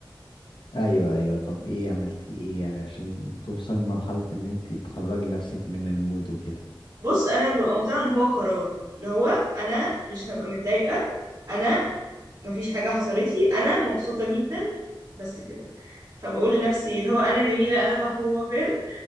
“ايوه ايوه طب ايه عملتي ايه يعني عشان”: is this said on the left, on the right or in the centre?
Left